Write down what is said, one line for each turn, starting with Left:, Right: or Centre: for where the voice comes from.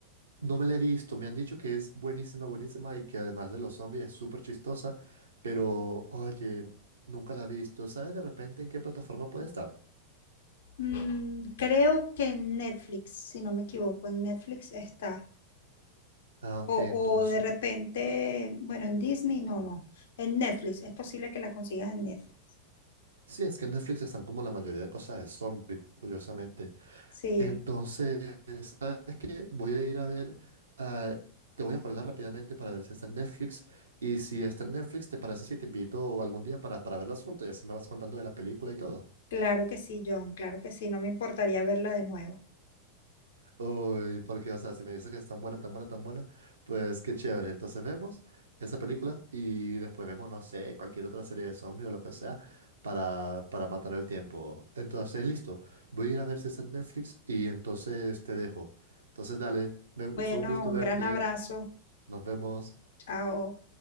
Right: No me la he visto, me han dicho que es buenísima, buenísima y que además de los zombies es súper chistosa, pero oye, nunca la he visto. ¿Sabes de repente en qué plataforma puede estar?
Left: Mm, creo que en Netflix, si no me equivoco, en Netflix está.
Right: Ah, ok,
Left: O,
Right: entonces.
Left: o de repente, bueno, en Disney, no, no, en Netflix, es posible que la consigas en Netflix.
Right: Sí, es que en Netflix están como la mayoría de cosas de zombies, curiosamente.
Left: Sí,
Right: Entonces, ¿sabes qué? Voy a ir a ver, ah, te voy a colgar rápidamente para ver si está en Netflix y si está en Netflix, ¿te parece si te invito algún día para, para ver verla juntos y así me vas contando de la película y todo?
Left: claro que sí, John, claro que sí, no me importaría verla de nuevo.
Right: Uy, porque, o sea, si me dices que es tan buena, tan buena, tan buena, pues qué chévere. Entonces vemos esa película y después vemos, no sé, cualquier otra serie de zombies o lo que sea para, para matar el tiempo. Entonces, listo, voy a ir a ver si está en Netflix y entonces te dejo. Entonces, dale, me-
Left: Bueno,
Right: fue un gusto
Left: un
Right: verte,
Left: gran abrazo,
Right: nos vemos.
Left: chao.